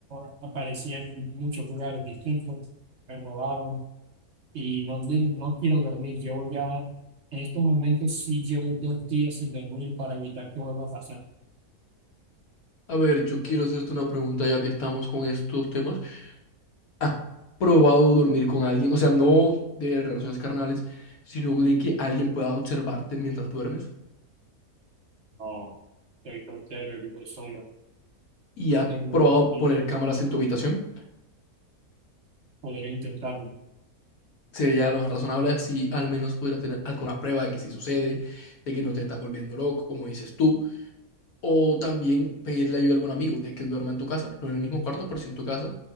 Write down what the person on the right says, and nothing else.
No aparecía en muchos lugares distintos, me robaron y no, de- no quiero dormir, llevo ya, en estos momentos sí llevo dos días sin dormir para evitar que vuelva a pasar.
No, estoy soltero y vivo solo,
no
tengo,
no, ni
podría intentarlo.